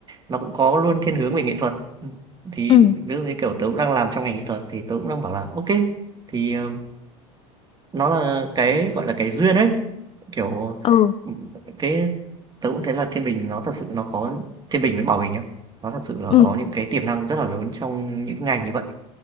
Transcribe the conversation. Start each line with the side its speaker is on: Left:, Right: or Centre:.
Right: nó cũng có luôn thiên hướng về nghệ thuật. Ừm, thì
Left: ừ
Right: ví dụ như, kiểu, tớ cũng đang làm trong ngành nghệ thuật thì tớ cũng đang bảo là ok thì, ờ, nó là cái, gọi là, cái duyên ấy, Kiểu,
Left: Ừ,
Right: ừm, thế tớ cũng thấy là Thiên Bình nó thật sự nó có Thiên Bình với Bảo Bình nhá, nó thật sự là
Left: ừ.
Right: có những cái tiềm năng rất là lớn trong những ngành như vậy,